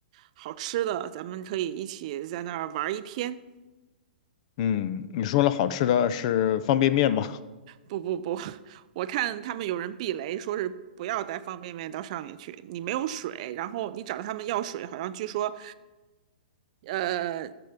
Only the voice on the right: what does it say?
好吃的，咱们可以一起在那儿玩一天。
不不不，<laughs> 我看他们有人避雷，说是不要带方便面到上面去，你没有水，然后你找他们要水，好像据说，呃，